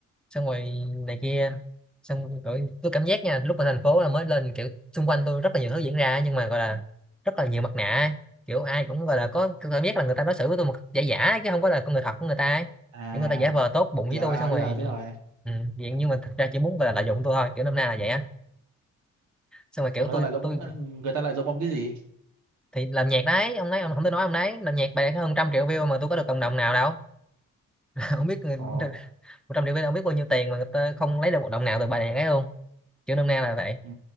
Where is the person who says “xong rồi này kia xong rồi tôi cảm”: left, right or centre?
Centre